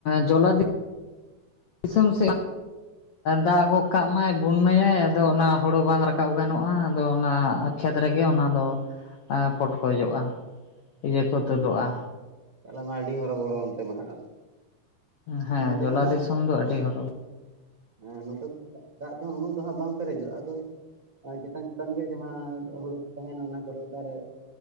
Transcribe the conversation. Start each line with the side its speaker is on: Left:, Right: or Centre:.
Left: ᱡᱚᱞᱟ ᱫᱤᱥᱚᱢ <unintelligible> ᱫᱟᱜ ᱜᱚᱜ ᱠᱟᱜ ᱢᱟᱭ ᱵᱩᱱᱱᱟᱭᱟᱭ ᱟᱫᱚ ᱚᱱᱟ ᱦᱳᱲᱳ ᱵᱟᱝ ᱨᱟᱠᱟᱵ ᱜᱟᱱᱚᱜᱼᱟ ᱟᱫᱚ ᱚᱱᱟ ᱠᱷᱮᱛ ᱨᱮᱜᱮ ᱚᱱᱟ ᱫᱚ ᱯᱚᱴᱠᱚᱡᱚᱜᱼᱟ ᱤᱭᱟᱹ ᱠᱚ ᱛᱩᱫᱚᱜᱼᱟ
Right: ᱛᱟᱦᱞᱮ ᱢᱟ ᱟᱹᱰᱤ ᱦᱚᱨᱚ ᱵᱚᱨᱚ ᱚᱱᱛᱮ ᱢᱟ ᱦᱟᱸᱜ
Left: ᱦᱮᱸ
Right: ᱟᱨ ᱱᱚᱛᱮ
Left: ᱡᱚᱞᱟ
Right: ᱫᱚ ᱦᱟᱸᱜ
Left: ᱫᱤᱥᱚᱢ ᱫᱚ
Right: ᱫᱟᱜ
Left: ᱟᱹᱰᱤ ᱦᱚᱨᱚᱵᱚᱨᱚ
Right: <inaudible> ᱦᱮᱸ ᱱᱚᱛᱮ ᱫᱚ ᱦᱟᱸᱜ ᱫᱟᱜ ᱫᱟᱜ ᱫᱚ ᱦᱟᱸᱜ ᱩᱱᱟᱹᱜ ᱫᱚ ᱦᱟᱸᱜ ᱵᱟᱝ ᱯᱮᱨᱮᱡᱚᱜᱼᱟ ᱟᱫᱚ ᱪᱮᱛᱟᱱ ᱪᱮᱛᱟᱱ ᱜᱮ ᱡᱟᱦᱟᱸ ᱦᱩᱲᱩ ᱠᱚ ᱛᱟᱦᱮᱱᱟ ᱚᱱᱟ ᱠᱚᱨᱮ ᱫᱟᱨᱮ